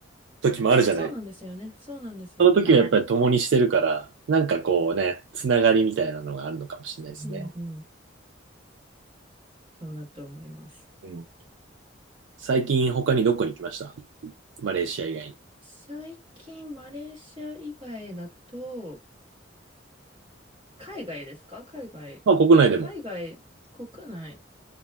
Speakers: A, on the right (about 70°); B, on the right (about 30°).
A: 時もあるじゃない。
B: そうなんですよね。そうなんですよね。
A: その時はやっぱり共にしてるから、なんかこうね、つながりみたいなのがあるのかもしれないですね。
B: うんんうん。そうだと思います。
A: うん。最近他にどこに行きましたマレーシア以外に。
B: 最近、マレーシア以外だと、海外ですか海外。
A: まあ国内でも。
B: 海外、国内。